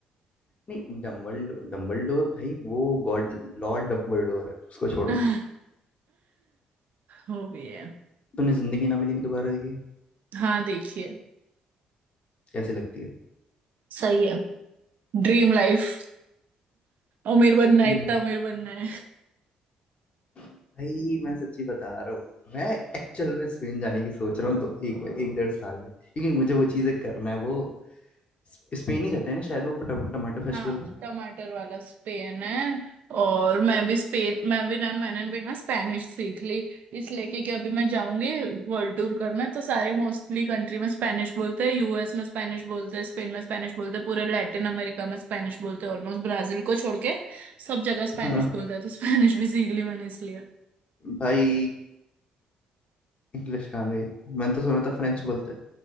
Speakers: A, on the left; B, on the right.
A: नहीं डम्बलडोर डम्बलडोर भाई वो गॉड लॉर्ड डम्बलडोर है उसको छोड़ो
B: <laughs> वो भी है
A: तूने जिंदगी ना मिलेगी दोबारा देखी है
B: हाँ देखिए
A: कैसी लगती है
B: सही है Dream life अमीर बनना है
A: हम्म,
B: इतना अमीर बनना है
A: भाई मैं सच्ची बता रहा हूँ मैं एक्चुअल में स्पेन जाने की सोच रहा हूँ तो एक एक डेढ़ साल में क्योंकि मुझे वो चीजें करना है वो स्प- स्पेन ही जाते हैं ना शायद वो टम, टमाटो फेस्टिवल
B: हाँ
A: में
B: टमाटर वाला स्पेन है और मैं भी स्पेन मैं भी ना मैंने भी ना स्पेनिश सीख ली इसलिए कि, कि अभी मैं जाऊंगी वर्ल्ड टूर करना तो सारे मोस्टली कंट्री में स्पेनिश बोलते हैं यूएस में स्पेनिश बोलते हैं स्पेन में स्पेनिश बोलते हैं पूरे लैटिन अमेरिका में स्पेनिश बोलते हैं ऑलमोस्ट ब्राजील को छोड़ के सब जगह स्पेनिश
A: हाँ
B: बोलते हैं तो स्पेनिश भी सीख ली मैंने इसलिए
A: भाई इंग्लिश कहाँ गई मैंने तो सुना था फ्रेंच बोलते हैं